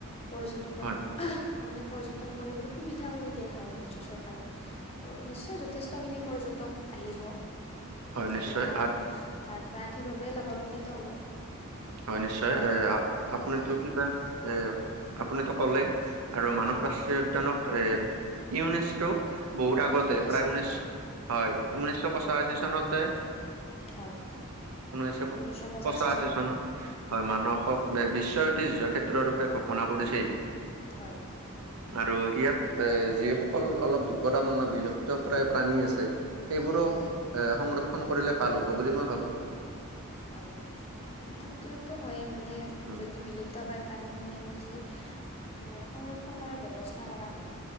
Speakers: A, on the left; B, on the right.
A: পৰ্যটকৰ
B: হয়
A: মানে পৰ্যটন কৰিবলৈ সুবিধা কৰি দিয়া হয় ৰাজ্য চৰকাৰে। ত' নিশ্চয় যথেষ্টখিনি পৰ্যটক আহিব
B: হয় নিশ্চয়
A: আৰু তাৰ তাৰপৰা ঠিকভাৱে লাভৱান্বিত হ'ব।
B: হয় নিশ্চয়
A: হয়
B: এ আ-আপুনিতো কিবা এ আপুনিতো ক'লে। আৰু মানস
A: হয়
B: ৰাষ্ট্ৰীয় উদ্যানক এ ইউনেস্কও বহুত আগ আগতে
A: ইউনেস্ক'
B: প্ৰায় ঊনৈ
A: হয়
B: হয় ঊনৈছশ পঁচাশী চনতে।
A: হয়
B: ঊনৈশ
A: ঊনৈছশ পঁচাশী
B: পচা আছে চনত হয় মানসক
A: হয়
B: বিশ্ব ঐতিহ্য কেত্ৰ ৰূপে ঘোষণা কৰিছেই।
A: হয়।
B: আৰু ইয়াত এ যিসকল অলপ বিপদাম বিলুপ্ত প্ৰায় প্ৰাণী আছে। সেইবোৰো
A: হয়
B: এ সংৰক্ষণ কৰিলে ভাল হ'ব বুলি মই ভাবো।
A: হয়, সেইটোতো হয় মানে
B: উম
A: যদি বিলু ত' প্ৰাণীখিনি আমি যদি মানে সংৰক্ষণ কৰাৰ ব্যৱস্থা কৰা হয়।